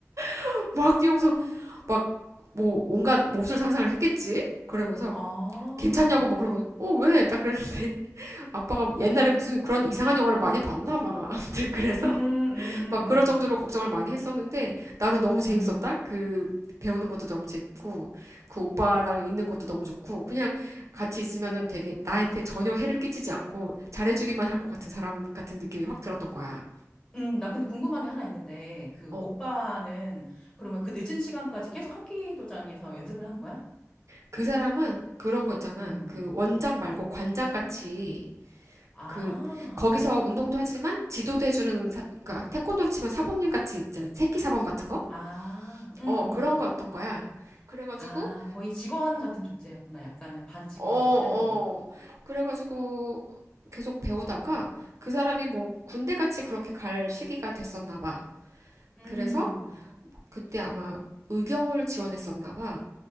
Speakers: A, on the right; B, on the left.
A: <laughs> 막 뛰어오면서
B: 어.
A: 막 뭐 온갖 몹쓸 상상을 했겠지. 그러면서
B: 아,
A: 괜찮냐고 막 그러고 어 왜? 딱 그랬는데 <laughs> 아빠가 옛날에 무슨 그런 이상한 영화를 많이 봤나 봐. <laughs> 아무튼 그래서
B: 음, 음,
A: 막
B: 음,
A: 그럴 정도로 걱정을 많이 했었는데 나는 너무 재밌었다.
B: 음,
A: 그 배우는 것도 너무 재밌고 그 오빠랑 있는 것도 너무 좋고 그냥 같이 있으면은 되게 나한테 전혀 해를 끼치지 않고 잘해주기만 할 것 같은 사람 같은 느낌이 확 들었던 거야.
B: 음, 나 근데 궁금한 게 하나 있는데, 그
A: 어.
B: 오빠는 그러면 그 늦은 시간까지 계속 합기도장에서 연습을 한 거야?
A: 그 사람은 그런 거 있잖아.
B: 음,
A: 그 원장 말고 관장 같이
B: 아,
A: 그 거기서 운동도 하지만 지도도 해주는 사, 그러니까 태권도로 치면 사범님 같이 있잖아. 새끼 사범 같은 거?
B: 아, 음,
A: 어, 그런 거였던 거야. 그래가지고
B: 아, 거의 직원 같은 존재였구나. 약간은 반 직원
A: 어, 어.
B: 같은.
A: 그래가지고 계속 배우다가 그 사람이 뭐 군대 같이 그렇게 갈 시기가 됐었나 봐.
B: 음.
A: 그래서 그때 아마 의경을 지원했었나 봐.